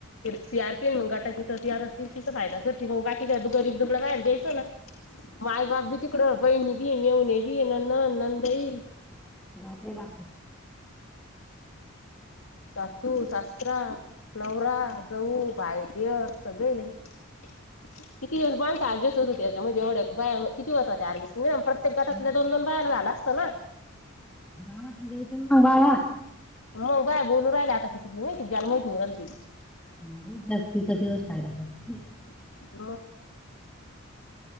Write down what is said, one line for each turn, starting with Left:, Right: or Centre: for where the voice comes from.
Left: सी आर पीन मग गटाची तर तीर अस तिच फायदा करते मग बाकीच्या गरीब दुबळा व्हायला द्यायचो ना? माय बाप बी तिकड बहिणी बी मेवणे बी ननन नंदई
Centre: बापरे बापरे.
Left: सासू सासरा नवरा जाऊ बाय दे सगळे न किती दिवस पाण सजे अस होतो त्या त्यामध्ये एवढ्या बाया किती होतात त्या अर्गीस प्रत्येक गटातल्या
Centre: हं,
Left: दोन दोन बायाला झाला असतं ना.
Centre: गावात घ्यायच्या म बाया?
Left: मग बाय बोलू राहिला आता किती मी माहिती जाला माहिती <unintelligible>
Centre: <unintelligible>
Left: <unintelligible>